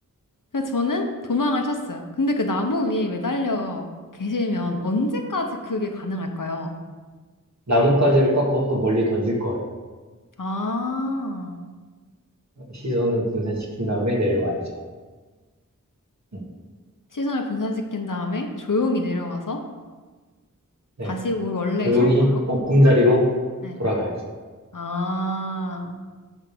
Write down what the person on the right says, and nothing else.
나뭇가지를 꺾어서 멀리 던질 거예요.
시선을 분산시킨 다음에 내려와야죠. 음,
네.
조용히
보금자리로
돌아가야죠.